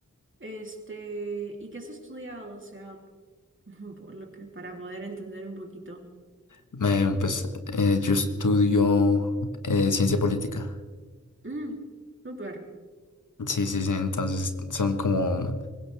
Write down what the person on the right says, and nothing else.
Este, ¿y qué has estudiado? O sea, <laughs> por lo que, para poder entender un poquito.
Mm, súper.